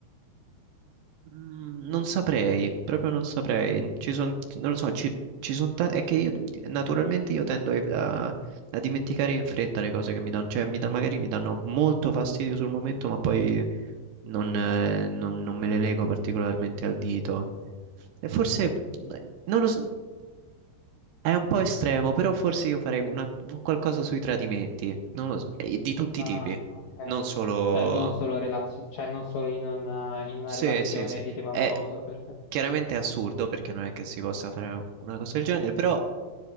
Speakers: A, on the right; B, on the left.
A: mm, non saprei, proprio non saprei. Ci sono, non lo so, ci, ci sono tanti, è che io, naturalmente io tendo a, a dimenticare in fretta le cose che mi danno, cioè mi dà- magari mi danno molto fastidio sul momento, ma poi non, eh, non- non me le lego particolarmente al dito. E forse,
B: Mm.
A: eh, non lo so, è un po' estremo, però forse io farei una- un qualcosa sui tradimenti, non lo so, eh, di tutti
B: Ah,
A: i tipi,
B: ok.
A: non solo...
B: Cioè non solo, relazio- cioè, non solo in una, in una
A: Sì,
B: relazione
A: sì, sì.
B: di tipo
A: È
B: amoroso, perfetto.
A: chiaramente è assurdo perché non è che si possa fare una cosa del genere, però